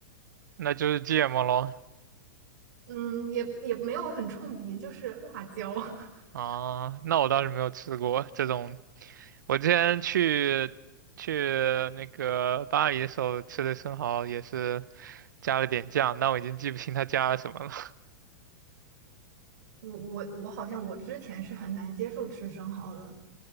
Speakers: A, on the right (about 80°); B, on the right (about 70°).
A: 那就是芥末喽。
B: 嗯，也也没有很冲鼻，就是辣椒。<laughs>
A: 啊，那我倒是没有吃过这种。我之前去去那个巴黎的时候吃的生蚝也是加了点酱，但我已经记不清它加了什么了。
B: 我我我好像我之前是很难接受吃生蚝的，